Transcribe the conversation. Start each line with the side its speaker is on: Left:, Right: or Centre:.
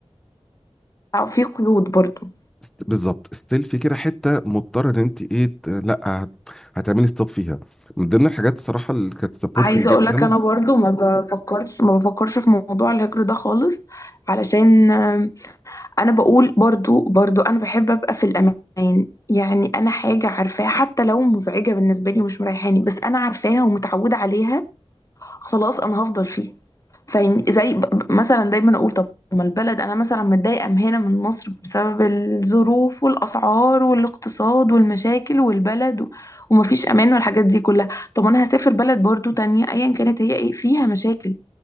Left: أو في قيود برضو
Centre: است- بالظبط ستيل في كده حته مضطره ان انت ايه ت- لا هت- هتعملي ستوب فيها من ضمن الحاجات الصراحه اللي كانت سبورتنج
Left: عايزة
Centre: جدا
Left: اقولك انا برضو ما بفكرش ما بفكرش في موضوع الهجر ده خالص علشان آم، انا بقول برضو برضو انا بحب ابقى في الامان يعني انا حاجة عارفاها حتى لو مزعجة بالنسبة لي ومش مريحاني بس انا عارفاها ومتعودة عليها خلاص انا هفضل فيها فين زي ب- ب- مثلا دايما اقول طب ما البلد انا مثلا متضايقه من هنا من مصر بسبب الظروف والاسعار والاقتصاد والمشاكل والبلد و... ومفيش امان والحاجات دي كلها طب انا هسافر بلد برضو تانية ايا كانت هي ايه فيها مشاكل